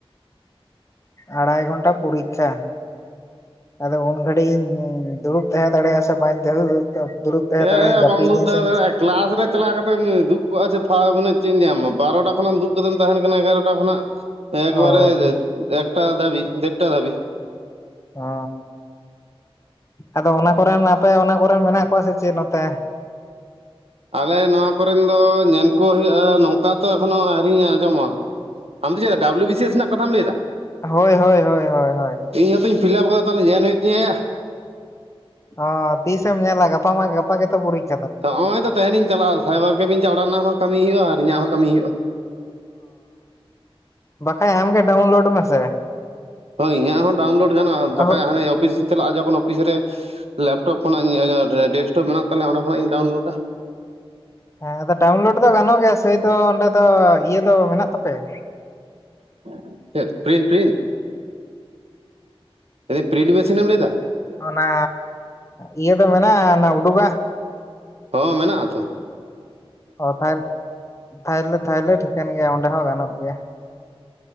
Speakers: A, on the left; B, on the right.
A: ᱟᱲᱟᱭ ᱜᱷᱚᱱᱴᱟ ᱯᱚᱨᱤᱠᱠᱷᱟ ᱟᱫᱚ ᱩᱱ ᱜᱷᱟᱹᱲᱤᱡ ᱤᱧ ᱫᱩᱲᱩᱵ ᱛᱟᱦᱮᱸ ᱫᱟᱲᱮᱭᱟᱜᱼᱟ ᱥᱮ ᱵᱟᱹᱧ ᱫᱩᱲᱩᱵ ᱛᱟᱦᱮᱸ
B: ᱪᱮᱫ
A: ᱫᱟᱲᱮᱭᱟᱜᱼᱟ ᱡᱟᱹᱯᱤᱫᱟᱹᱧ
B: ᱫᱩᱠ ᱫᱟᱲᱮ
A: ᱥᱮ
B: ᱫᱟᱲᱮᱭᱟᱜᱼᱟ ᱠᱮᱞᱟᱥ ᱨᱮ ᱪᱟᱞᱟᱣ ᱠᱟᱛᱮ ᱫᱩᱠ ᱠᱚᱜᱼᱟᱮ ᱪᱮᱫ ᱤᱧ ᱧᱟᱢ ᱵᱟᱨᱚᱴᱟ ᱠᱷᱚᱱᱟᱜᱢ ᱫᱩᱠ ᱠᱟᱛᱮᱢ ᱛᱟᱦᱮᱱ ᱠᱟᱱᱟ ᱮᱜᱟᱨᱚᱴᱟ ᱠᱷᱚᱱᱟᱜ ᱮᱠᱵᱟᱨᱮ
A: ᱦᱳᱭ
B: ᱮᱠᱴᱟ ᱫᱷᱟᱵᱤᱡ ᱫᱮᱲᱴᱟ ᱫᱷᱟᱵᱤᱡ
A: ᱚ ᱟᱫᱚ ᱚᱱᱟ ᱠᱚᱨᱮᱱ ᱟᱯᱮ ᱚᱱᱟ ᱠᱚᱨᱮᱱ ᱢᱮᱱᱟᱜ ᱠᱚᱣᱟ ᱥᱮ ᱪᱮᱫ ᱱᱚᱛᱮ
B: ᱟᱞᱮ ᱱᱚᱣᱟ ᱠᱚᱨᱮᱱ ᱫᱚ ᱧᱮᱞ ᱠᱚ ᱦᱩᱭᱩᱜᱼᱟ ᱱᱚᱝᱠᱟ ᱛᱚ ᱮᱠᱷᱚᱱᱳ ᱟᱹᱨᱤᱧ ᱟᱸᱡᱚᱢᱟ ᱟᱢ ᱫᱚ ᱪᱮᱫ ᱰᱟᱵᱞᱩ ᱵᱤ ᱮᱥ ᱨᱮᱱᱟᱜ ᱠᱟᱛᱷᱟᱢ ᱞᱟᱹᱭᱮᱫᱟ
A: ᱦᱳᱭ ᱦᱳᱭ ᱦᱳᱭ ᱦᱳᱭ
B: ᱦᱚᱸᱛᱚᱧ ᱯᱷᱤᱞᱟᱯ ᱠᱟᱛᱮ ᱛᱟᱦᱚᱞᱮ ᱧᱮᱞ ᱦᱩᱭᱩᱜ ᱛᱤᱧᱟᱹᱭᱟ
A: ᱚ ᱛᱤᱥᱮᱢ ᱧᱮᱞᱟ ᱜᱟᱯᱟ ᱢᱟ ᱜᱟᱯᱟ ᱜᱮᱛᱚ ᱯᱩᱨᱤᱠᱷᱟ
B: ᱚ ᱱᱚᱜᱼᱚᱭ ᱛᱚ ᱛᱟᱦᱮᱱᱤᱧ ᱪᱟᱞᱟᱜᱼᱟ ᱥᱟᱭᱵᱟᱨ ᱠᱮᱵᱤᱱ ᱪᱟᱟᱜ ᱨᱮᱱᱟᱜ ᱦᱚᱸ ᱠᱟᱹᱢᱤ ᱦᱩᱭᱩᱜᱼᱟ ᱟᱨ ᱤᱧᱟᱹᱜ ᱦᱚᱸ ᱠᱟᱹᱢᱤ ᱦᱩᱭᱩᱜᱼᱟ᱾
A: ᱠᱷᱟᱭ ᱟᱢ ᱜᱮ ᱰᱟᱣᱩᱱᱞᱳᱰ ᱢᱮ ᱥᱮ
B: ᱦᱳᱭ ᱤᱧᱟᱹᱜ ᱦᱚᱸ ᱰᱟᱣᱩᱱᱞᱳᱰ ᱜᱟᱱᱚᱜᱼᱟ ᱵᱟᱠᱷᱟᱱᱡ
A: ᱦᱮᱸ
B: ᱦᱟᱱᱮ ᱚᱯᱷᱤᱥᱤᱧ ᱪᱟᱞᱟᱜᱼᱟ ᱡᱚᱠᱷᱚᱱ ᱚᱯᱷᱤᱥ ᱨᱮ ᱞᱮᱼᱼ ᱞᱮᱯᱴᱚᱯ ᱠᱷᱚᱱᱟᱜ ᱤ ᱰᱮᱠᱴᱚᱯ ᱢᱮᱱᱟᱜ ᱛᱟᱞᱮᱭᱟ ᱚᱸ ᱠᱷᱚᱱᱟᱜ ᱤᱧ ᱰᱟᱣᱩᱱᱞᱳᱰᱟ
A: ᱦᱮᱸ ᱟᱫᱚ ᱰᱟᱣᱩᱱᱞᱳᱰ ᱫᱚ ᱜᱟᱱᱚᱜ ᱜᱮᱭᱟ ᱥᱮᱭ ᱫᱚ ᱚᱸᱰᱮ ᱫᱚ ᱤᱭᱟᱹ ᱫᱚ ᱢᱮᱱᱟᱜ ᱛᱟᱯᱮᱭᱟ᱾
B: <unintelligible> ᱢᱮᱱᱫᱤᱧ ᱯᱨᱤᱱᱴ ᱢᱤᱥᱤᱱ ᱮᱢ ᱞᱟᱹᱭᱫᱟ
A: ᱚᱱᱟ ᱤᱭᱟᱹᱫᱚ ᱢᱮᱱᱟ ᱩᱰᱩᱠᱟ᱾
B: ᱦᱚᱸᱮ ᱢᱮᱱᱟᱜᱼᱟ ᱟᱛᱚ᱾
A: ᱚ ᱛᱟᱦᱞᱮ ᱛᱟᱦᱞᱮ ᱛᱟᱦᱚᱞᱮ ᱴᱷᱤᱠᱟᱹᱱ ᱜᱮᱭᱟ ᱚᱸᱰᱮ ᱦᱚᱸ ᱜᱟᱱᱚᱜ ᱜᱮ ᱜᱮᱭᱟ